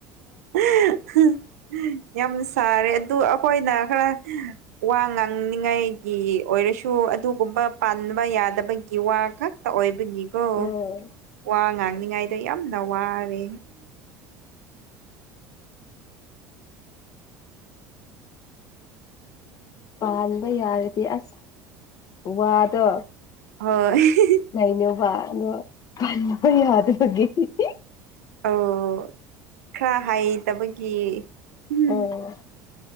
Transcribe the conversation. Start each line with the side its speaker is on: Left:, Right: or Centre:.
Right: <unintelligible> ꯌꯥꯝ ꯁꯥꯔꯦ ꯑꯗꯨ ꯑꯩꯈꯣꯏꯅ ꯈꯔ ꯋꯥ ꯉꯥꯡꯅꯤꯡꯉꯥꯏꯒꯤ ꯑꯣꯏꯔꯁꯨ ꯑꯗꯨꯒꯨꯝꯕ ꯄꯥꯟꯕ ꯌꯥꯗꯕꯒꯤ ꯋꯥ ꯈꯛ ꯇ ꯑꯣꯏꯕꯒꯤꯀꯣ
Left: ꯎꯝ
Right: ꯋꯥ ꯉꯥꯡꯅꯤꯉꯥꯏꯗꯣ ꯌꯥꯝꯅ ꯋꯥꯔꯦ꯫
Left: ꯄꯥꯟꯕ ꯌꯥꯔꯗꯤ ꯑꯁ ꯋꯥꯗꯣ
Right: ꯍꯣꯏ꯫ <unintelligible>
Left: ꯂꯩꯅꯧꯕ ꯑꯗꯣ ꯄꯟꯕ ꯌꯥꯗꯕꯒꯤ <unintelligible>
Right: ꯑꯧ ꯈ꯭ꯔꯥ ꯍꯩꯇꯕꯒꯤ ꯎꯝ
Left: ꯑꯣ꯫